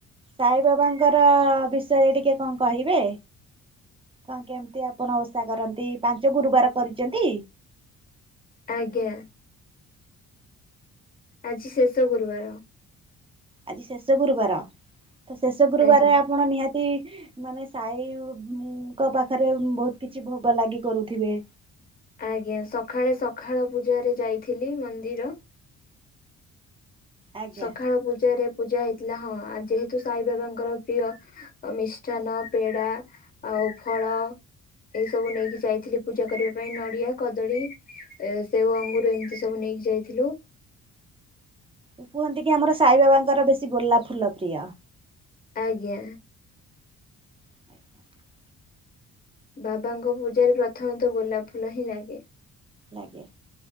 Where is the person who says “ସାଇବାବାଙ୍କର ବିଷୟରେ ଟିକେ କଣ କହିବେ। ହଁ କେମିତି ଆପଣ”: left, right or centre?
Right